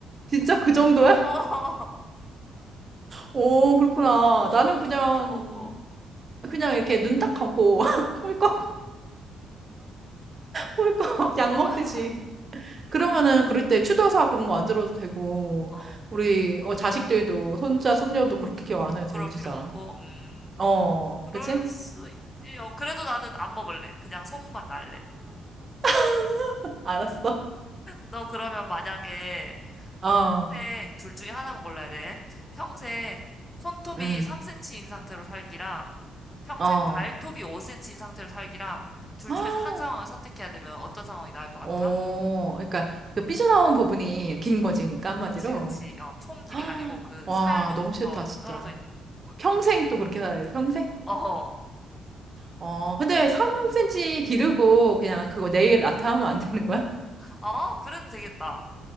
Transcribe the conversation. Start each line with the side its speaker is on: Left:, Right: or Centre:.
Right: 진짜 그 정도야?
Left: <laughs> 어.
Right: 오, 그렇구나.
Left: 똥 못 먹어.
Right: 나는 그냥,
Left: 어떻게 먹어?
Right: 그냥 이렇게 눈 딱 감고 <laughs> 꿀꺽, 꿀꺽
Left: 딱 감고.
Right: 약
Left: <laughs>
Right: 먹듯이. 그러면은 그럴 때 추도사 그런 거 안 들어도 되고,
Left: 어,
Right: 우리 어, 자식들도 손자, 손녀도 그렇게 기억 안
Left: 부끄러울
Right: 해도 되고, 진짜.
Left: 필요 없고, 음,
Right: 어,
Left: 그럴
Right: 그치?
Left: 수 있지. 어, 그래도 나는 안 먹을래. 그냥 소문만 날래.
Right: 아, 알았어.
Left: 너 그러면 만약에
Right: 어, 어,
Left: 평생 둘 중에 하나만 골라야 돼. 평생 손톱이
Right: 응
Left: 3cm인 상태로 살기랑 평생
Right: 어.
Left: 발톱이 5cm인 상태로 살기랑 둘
Right: <gasps>
Left: 중에서 한 상황을 선택해야 되면 어떤 상황이 나을 것 같아?
Right: 어, 그러니까 그 삐져나온 부분이 긴 거지, 그러니까 한마디로.
Left: 그치, 그치. 어, 총 길이가
Right: 헉,
Left: 아니고 그
Right: 와,
Left: 살로부터
Right: 너무 싫다, 진짜.
Left: 떨어져 있는 부분.
Right: 평생 또 그렇게 살아야 돼, 평생?
Left: 어허.
Right: 어, 근데 3cm 기르고 그냥 그거 네일 아트 하면 안 되는 거야?
Left: 아, 그래도 되겠다.